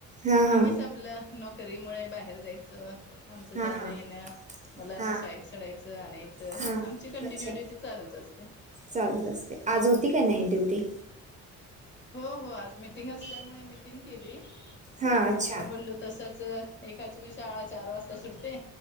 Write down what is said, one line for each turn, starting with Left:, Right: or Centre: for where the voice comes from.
Right: हा हा
Left: आम्हीच आपलं नोकरी मु ळ बाहेर जायचं आमच जाणं
Right: हा हा
Left: येणं.. मुलांना
Right: हा
Left: शाळेत सडायचं आणायचं
Right: हा
Left: आमची कंटिन्यू
Right: अच्छा
Left: ड्युटी चालूच असते.
Right: चालूच असते आज होती का नाही ड्युटी?
Left: हो हो आज मिीटिंग असल्यामुळे मिीटिंग केली आणि
Right: हा अच्छा
Left: आता बोललो तसंच... एकाची मी शाळा चार वाजता सुटते